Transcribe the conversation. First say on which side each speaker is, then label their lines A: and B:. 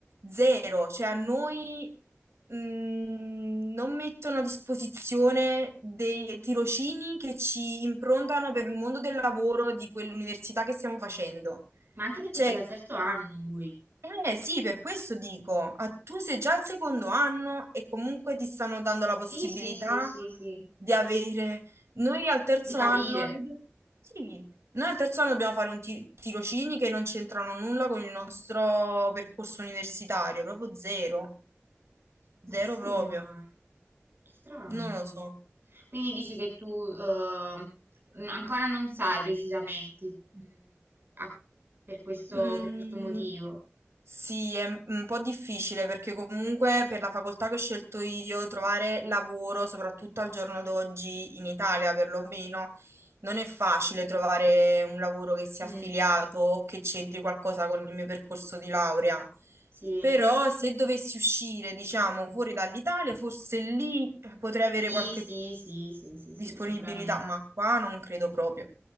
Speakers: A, on the right (about 70°); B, on the right (about 50°).
A: zero. Cioè, a noi mh, non mettono a disposizione dei tirocini che ci improntano per il mondo del lavoro di quell'università che stiamo facendo.
B: Ma anche perché
A: Cioè,
B: siete al terzo anno voi.
A: eh sì, per questo dico, ah, tu sei già al secondo anno e comunque ti stanno dando la possibilità
B: Sì, sì, sì, sì, sì.
A: di avere... Noi al terzo
B: Di capire.
A: anno, io do- sì, noi al terzo anno dobbiamo fare un ti- tirocini che non c'entrano nulla con il nostro percorso universitario, proprio zero,
B: Ma
A: zero
B: chissà
A: proprio,
B: come mai. Strano
A: non lo
B: proprio.
A: so.
B: Quindi dici che tu eh, ancora non sai precisamente mm, a- per questo,
A: Mm,
B: per questo motivo.
A: Sì, è un un po' difficile perché comunque per la facoltà che ho scelto io trovare lavoro, soprattutto al giorno d'oggi in Italia perlomeno, non è facile trovare un lavoro che sia
B: Mm,
A: affiliato o che c'entri qualcosa con il mio percorso di laurea.
B: sì.
A: Però se dovessi uscire, diciamo, fuori dall'Italia, forse lì potrei avere
B: Sì,
A: qualche
B: sì, sì, sì, sì,
A: disponibilità,
B: sì, sicuramente.
A: ma qua non credo proprio.